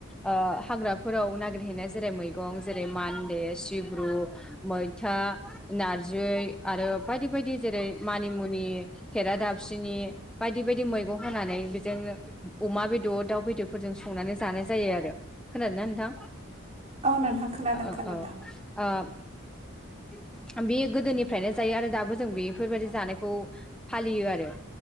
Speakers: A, in the centre; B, on the right.
A: ओ हाग्राफोराव नागिरहैनाय जेरै मैगं जेरै मान्दे सिब्रु मैथा नारजि आरो बायदि बायदि जेरै मानिमुनि खेरा दाबसिनि बायदि बायदि मैगं होनानै बेजोंनो अमा बेदर दाउ बेदरफोरजों संनानै जानाय जायो आरो खोनादोना नोंथां
B: औ नोंथां खोनादों
A: ओ
B: खोनादों
A: औ आ बियो गोदोनिफ्रायनो जायो आरो दाबो जों बेफोरबायदि जानायखौ फालियो आरो।